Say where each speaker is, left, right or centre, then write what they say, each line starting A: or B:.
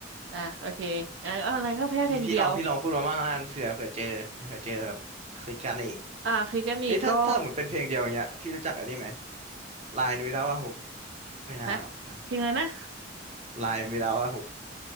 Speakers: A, on the right (about 75°); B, on the right (about 35°).
A: อ่ะโอเคอ่ะอะไรก็แค่เพลงเดียว
B: พี่พี่ลองพี่ลองพูดมาบ้างแล้วกันเผื่อเผื่อเจอเผื่อเจอแบบคลิกกันอีก
A: อ่ะคือกันอีกก็
B: เอ้ยถ้าถ้าเหมือนเป็นเพลงเดียวอย่างเงี้ยพี่รู้จักอันนี้ไหมลายวิลาว่าหกไม่น่าหรอกนะ
A: ฮะเพลงอะไรนะ
B: ลายวิลาว่าหก